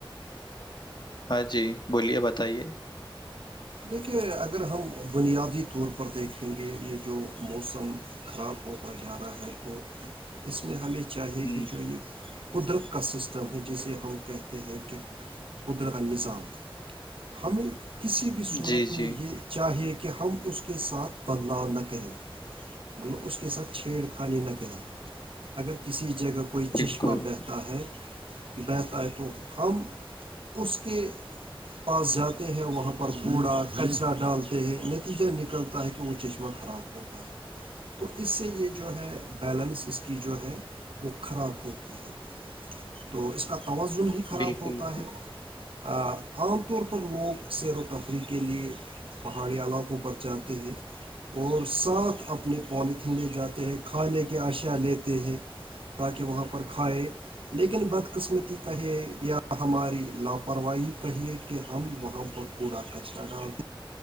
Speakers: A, on the left; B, on the right.
A: ہاں جی بولیے بتائیے
B: دیکھیے اگر ہم بنیادی طور پر دیکھیں گے یہ جو موسم خراب ہوتا جا رہا ہے تو اس میں ہمیں چاہیے
A: ہ
B: کہ جو یہ قدرت کا سسٹم ہے جسے ہم کہتے ہیں کہ قدرت نظام ہمیں کسی بھی صورت
A: جی جی
B: میں یہ چاہیے کہ ہم اس کے ساتھ بدلاؤ نہ کریں مل اس کے ساتھ چھیڑ خانی نہ کریں اگر کسی جگہ کوئی
A: بالکل
B: چشمہ پہتا ہے بتا ہے تو ہم اس کے پاس جاتے ہیں وہاں پر کوڑا کچرا ڈالتے ہے نتیجہ نکلتا ہے کہ وہ چشمہ خراب ہوتا ہے تو اس سے یہ جو ہے
A: بالکل
B: بیلنس اس کی جو ہے وہ خراب ہوتی ہے تو اس کا توازن ہی خراب
A: بالکل
B: ہوتا ہے عام طور پر لوگ سیروں کے تفریح کے لیے پہاڑی علاقوں پر جاتے ہیں اور ساتھ اپنے پالیتھین لے جاتے ہیں کھانے کی اشیاء لیتے ہیں تاکہ وہاں پر کھائے لیکن بد قسمتی کہے یا ہماری لاپرواہی کہیے کہ ہم وہاں پر کوڑا کچرا ڈال